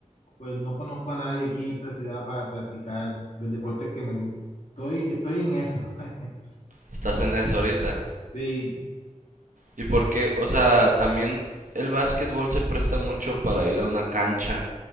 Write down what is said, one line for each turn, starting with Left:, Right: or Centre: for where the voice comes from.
Left: pues no conozco a nadie aquí en esta ciudad para practicar los deportes que me gustan. Estoy, estoy en eso. <laughs>
Right: Estás en eso ahorita.
Left: Sí,
Right: ¿Y por qué? O sea, también el básquetbol se presta mucho para ir a una cancha